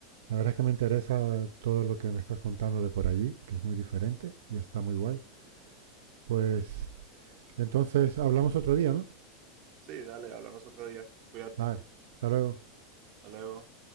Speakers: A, on the right; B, on the right.
A: la verdad es que me interesa todo lo que me estás contando de por allí, que es muy diferente y está muy guay. Pues entonces hablamos otro día, ¿no?
B: Sí, dale, hablamos otro día. Cuídate.
A: Vale, hasta luego.
B: Hasta luego.